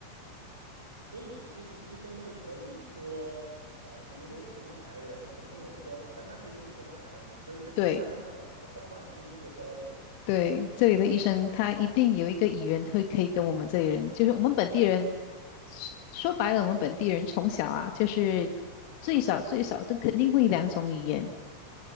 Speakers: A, on the right; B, on the left.
A: 所以其实医生是可以说，呃，比如说你是马来人，你可能英文不够好，但他可以跟你说马来语，所以他就是他能找到一个方法去跟你做交流的。
B: 对。对，这里的医生他一定有一个语言会可以跟我们这里人，就是我们本地人，说说白了，我们本地人从小啊，就是最少最少都肯定会两种语言，